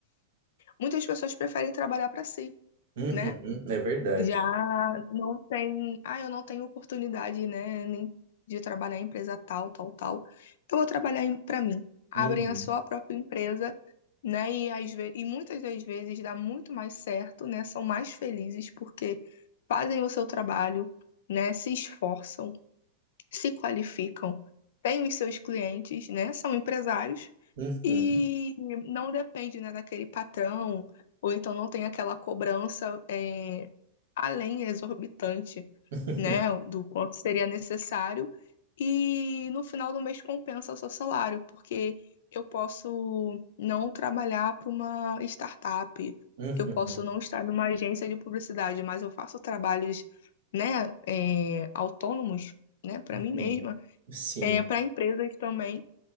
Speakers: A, on the left; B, on the right.
A: muitas pessoas preferem trabalhar para si,
B: Uhum,
A: né?
B: é verdade.
A: Já não tem, ah, eu não tenho oportunidade, né, nem de trabalhar em empresa tal, tal, tal. Eu vou trabalhar em- pra mim. Abrem
B: Uhum,
A: a sua própria empresa, né, e às ve- e muitas das vezes dá muito mais certo, né? São mais felizes porque fazem o seu trabalho, né, se esforçam, se qualificam, têm os seus clientes, né? São empresários
B: uhum,
A: e não depende, né, daquele patrão, ou então não tem aquela cobrança é, além exorbitante,
B: <laughs>
A: né, do quanto seria necessário. E no final do mês compensa o seu salário, porque eu posso não trabalhar para uma startup,
B: uhum,
A: eu posso não estar numa agência de publicidade, mas eu faço trabalhos, né, é, autônomos, né, para
B: uhum,
A: mim mesma,
B: sim.
A: é, para empresas também,